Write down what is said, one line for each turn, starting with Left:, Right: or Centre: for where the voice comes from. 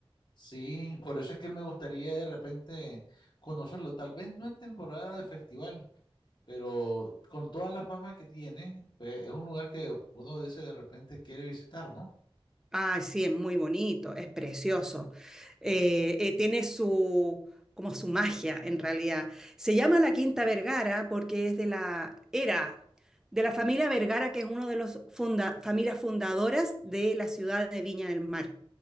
Left: Sí, por eso es que me gustaría de repente conocerlo, tal vez no en temporada de festival, pero con toda la fama que tiene, pues es un lugar que uno dice de repente quiere visitar, ¿no?
Centre: Ah, sí, es muy bonito, es precioso. Eh, eh, tiene su, como su magia en realidad. Se llama la Quinta Vergara porque es de la, era de la familia Vergara, que es una de las funda- familias fundadoras de la ciudad de Viña del Mar.